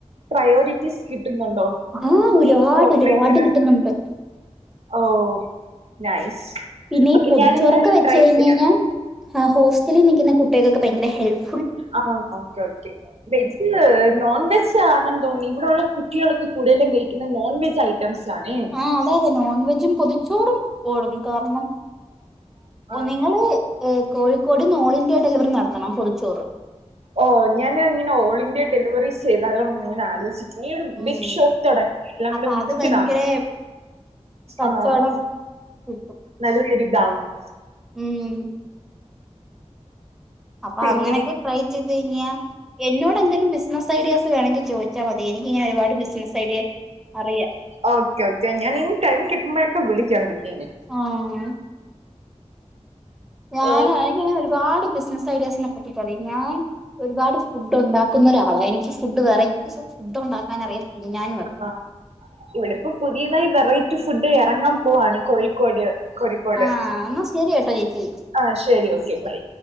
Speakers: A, on the right; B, in the centre.
A: പ്രയോരിറ്റീസ് കിട്ടുന്നുണ്ടോ
B: ആഹ് ഒരുപാട്
A: ഈ ചോക്ലേറ്റ്സിന്
B: ഒരുപാട് കിട്ടുന്നുണ്ട്
A: ഓഹ് നൈസ്
B: പിന്നെ ഈ
A: അപ്പൊ
B: പൊതിച്ചോറൊക്കെ
A: ഞാൻ എന്തായാലും
B: വെച്ച്
A: ട്രൈ
B: കഴിഞ്ഞ്
A: ചെയ്യാം
B: കഴിഞ്ഞാൽ ഹോസ്റ്റലിൽ നിൽക്കുന്ന കുട്ടികൾക്കൊക്കെ ഭയങ്കര ഹെൽപ്
A: ആഹ് ഓക്കെ ഓക്കെ വെജി ഇന്ന് നോൺവെജ് ആണെന്ന് തോന്നുന്ന് ഇവിടൊള്ള കുട്ടികളൊക്കെ കൂടുതലും കഴിക്കുന്ന നോൺവെജ് ഐറ്റംസ് ആണേ
B: ആഹ് അത് അതെ നോൺ വെജും പൊതിച്ചോറും ഓടും കാരണം
A: ആഹ്
B: നിങ്ങള് ഏഹ് കോഴിക്കോട്ന്ന് ഓൾ ഇന്ത്യ ഡെലിവറി നടത്തണം പൊതിച്ചോറ്
A: ഓഹ് ഞാൻ ഇങ്ങനെ ഓൾ ഇന്ത്യ ഡെലിവറി ചെയ്താലോ എന്നിങ്ങനെ ആലോചി നീ ഒരു
B: ഉം
A: ബിഗ് ഷോപ്പ് തുടങ്ങ് എല്ലാം
B: അപ്പൊ
A: കൂടി മിക്സട്
B: അത് ഭയങ്കര
A: ആയി
B: കച്ചവടം
A: ആഹ്
B: കിട്ടും
A: നല്ല ഒരിത് ആകും
B: ഉം അപ്പൊ
A: പിന്നെ
B: അങ്ങനെയൊക്കെ ട്രൈ ചെയ്ത് കഴിഞ്ഞാ എന്നോട് എന്തെങ്കലും ബിസിന സ്സ് ഐഡിയാസ് വേണമെങ്കിൽ ചോദിച്ചാൽ മതി എനിക്കിങ്ങനെ ഒരുപാട് ബിസിനസ് ഐഡിയാസ് അറിയാം
A: ഓക്കെ ഓക്കെ ഞാൻ ഇന്ന് ടൈം കിട്ടുമ്പോഴൊക്കെ വിളിക്കാം കുട്ടീനെ
B: ആഹ് ഞാൻ
A: ഏ,
B: എനിക്ക് ഒരുപാട് ബിസിനസ് ഐഡിയാസിനെ പറ്റി പറയും ഞാൻ ഒരുപാട് ഫുഡ് ഉണ്ടാക്കുന്ന ഒരാളാണ് എനിക്ക് ഫുഡ് വെറൈറ്റീസ് ഓഫ് ഫുഡ് ഉണ്ടാക്കാൻ അറിയാം തിന്നാനും അറിയാം
A: ആഹ് ഇവിടിപ്പോ പുതിയതായി വെറൈറ്റി ഫുഡ് ഇറങ്ങാൻ പോവാണ് കോഴിക്കോട് കോഴിക്കോട്
B: ആ എന്നാ ശരി കേട്ടോ ചേച്ചി
A: ആഹ് ശെരി
B: ഉം
A: ഓക്കെ
B: ശരി
A: ബൈ